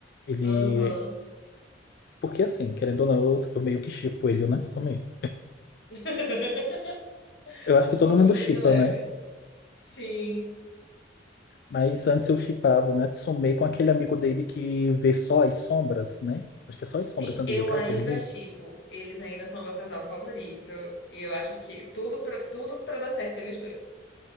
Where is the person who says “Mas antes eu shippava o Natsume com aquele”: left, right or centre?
Left